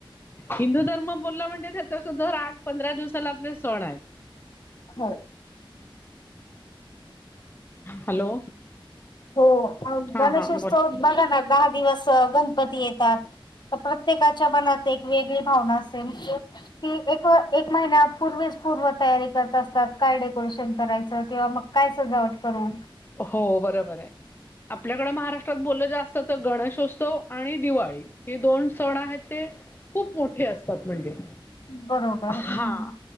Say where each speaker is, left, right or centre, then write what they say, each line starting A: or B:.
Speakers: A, on the left; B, on the left.
A: हिंदू धर्म बोलला म्हणजे त्याच्या दर आठ पंधरा दिवसाला आपले सण आहेत.
B: हो.
A: हॅलो
B: हो,
A: हा
B: गणेशोत्सव
A: हा बोल
B: बघाना दहा दिवस गणपती येतात. प्रत्येकाच्या मनात एक वेगळी भावना असेल म्हणजे ती एक एक महिन्या पूर्वीच पूर्व तयारी करत असतात. काय डेकोरेशन करायचं? किंवा मग काय सजावट करू.
A: हो बरोबर आहे. आपल्याकडें महाराष्ट्रात बोललं जास्त तर गणेशोत्सव आणि दिवाळी. हे दोन सण आहेत ते खूप मोठे असतात म्हणजे
B: बरोबर
A: हा
B: हम्म